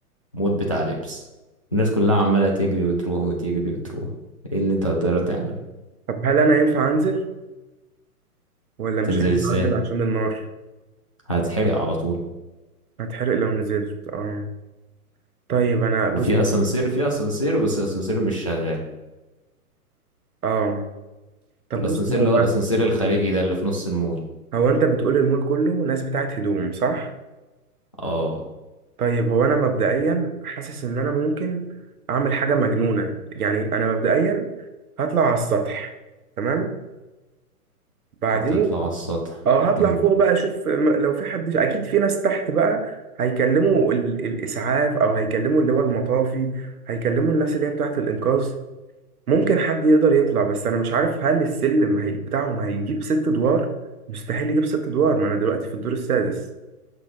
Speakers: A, on the left (about 25°); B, on the right (about 65°).
A: مول بتاع لبس الناس كلها عمالة تجري وتروح وتجري وتروح ايه اللي انت هتقدر تعمل
B: طب هل انا ينفع انزل ولا مش
A: تنزل
B: هينفع
A: ازاي
B: انزل عشان النار
A: هتحرق على طول
B: هتحرق لو نزلت اه طيب انا بص
A: وفي اسانسير في اسانسير بس الاسانسير مش شغال
B: اه طب
A: الاسانسير
B: بص هو
A: اللي هو الاسانسير الخارجي ده اللي في نص المول
B: هو انت بتقول المول كله ناس بتاعت هدوم صح
A: اه
B: طيب هو انا مبدئيا حاسس ان انا ممكن اعمل حاجة مجنونة يعني انا مبدئيا هطلع على السطح تمام بعدين
A: هتطلع على السطح
B: اه هطلع
A: امم
B: فوق بقى اشوف م- لو في حد اكيد في ناس تحت بقى هيكلموا ال... الاسعاف او هيكلموا اللي هو المطافي هيكلموا الناس اللي هي بتاعه الانقاذ ممكن حد يقدر يطلع بس انا مش عارف هل السلم هي... بتاعهم هيجيب ست ادوار مستحيل يجيب ست ادوار ما انا دلوقتي في الدور السادس